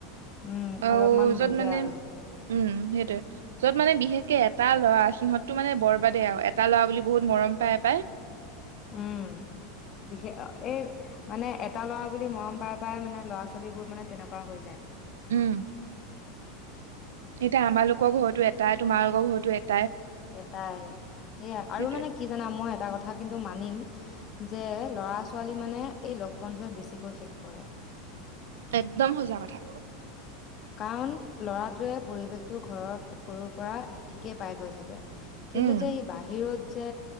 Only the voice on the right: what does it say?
আহ
যত মানে
উম সেইটোৱে য'ত মানে বিশেষকে এটা ল'ৰা সিহততটো মানে বৰবাদে আৰু এটা ল'ৰা বুলি বহুত মৰম পায় পায়
উম এতিয়া আমাৰালোকৰ ঘৰতো এটটা তোমালোকৰ ঘৰতো এটা
সেইটোয়ে
একদম সজা কথা
উম